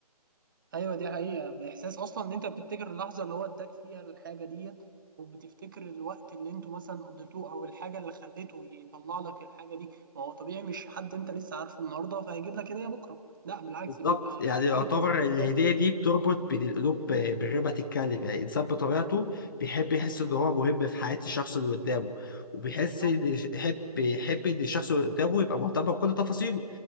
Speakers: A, on the right; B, on the left.
A: ايوه دي حقيقه باحساس اصلا ان انت بتفتكر اللحظه اللي هو اداك فيها الحاجه ديت وبتفتكر الوقت اللي انتوا مثلا قضيتوه او الحاجه اللي خليته يطلع لك الحاجه دي ما هو طبيعي مش حد انت لسه عارفه النهارده فهيجيب لك هديه بكره لا بالعكس
B: بالظبط
A: بيبقى
B: يعني
A: عايش
B: يعتبر
A: بينكوا ذكريات
B: الهديه دي بتربط بين القلوب ب- بالربا تتكلم يعني الانسان بطبيعته بيحب يحس ان هو مهم في حياه الشخص اللي قدامه وبيحس
A: بالظبط
B: ان يحب يحب ان الشخص اللي قدامه يبقى مهتم بكل تفاصيله